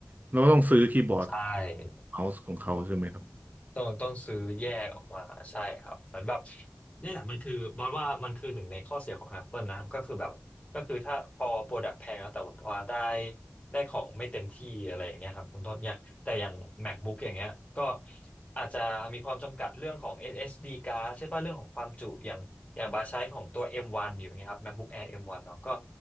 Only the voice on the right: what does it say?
เราก็ต้องซื้อคีย์บอร์ด
เมาส์ของเขาใช่ไหมครับ